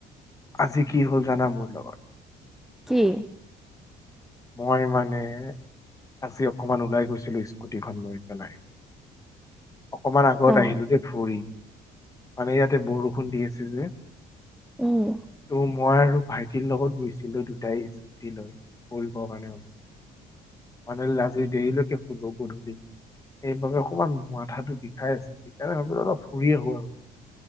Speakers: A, on the left; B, in the centre.
A: আজি কি হ'ল জানা মোৰ লগত।
B: কি?
A: মই মানে আজি অকমান ওলাই গৈছিলোঁ স্কুটিখন লৈ পেলাই অকমান আগত
B: অঁ
A: আহিলোতে ভুৰি মানে ইয়াতে বৰষুণ দি আছে যে
B: উম
A: ত মই আৰু ভাইটিৰ লগত গৈছিলোঁ দুটাই স্কুটি লৈ কৰিবৰ কাৰণে অলপ মানে আজি দেৰিলৈকে শুলো গধূলি সেইবাবে অকণমান মথাটো বিষাই আছে সেইকাৰণে ভাবিলো অলপ ফুৰি আহো আৰু